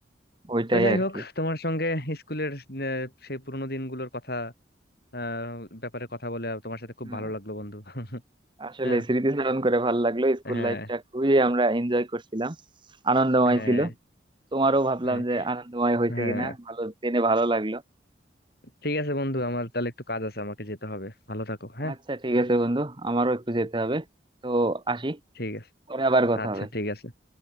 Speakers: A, on the right (about 25°); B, on the left (about 60°).
A: ওইটাই
B: তো যাই
A: আর
B: হোক
A: কি
B: তোমার সঙ্গে স্কুলের আহ, সেই পুরোনো দিনগুলোর কথা আহ ব্যাপারে কথা বলে আর তোমার সাথে খুব
A: হ্যাঁ
B: ভালো লাগলো বন্ধু
A: আসলে
B: হ্যাঁ
A: স্মৃতিচারণ করে ভালো লাগলো স্কুল
B: হ্যাঁ
A: লাইফটা খুবই আমরা এনজয় করছিলাম আনন্দময়
B: হ্যাঁ
A: ছিল তোমারও ভাবলাম
B: হ্যাঁ
A: যে আনন্দময় হয়েছে
B: হ্যাঁ
A: কিনা ভালো জেনে ভালো লাগলো
B: ঠিক আছে বন্ধু আমার তাহলে একটু কাজ আছে আমাকে যেতে হবে ভালো থাকো হ্যাঁ
A: আচ্ছা ঠিক আছে বন্ধু আমারও একটু যেতে হবে তো আসি
B: ঠিক আছে
A: পরে আবার কথা
B: আচ্ছা
A: হবে
B: ঠিক আছে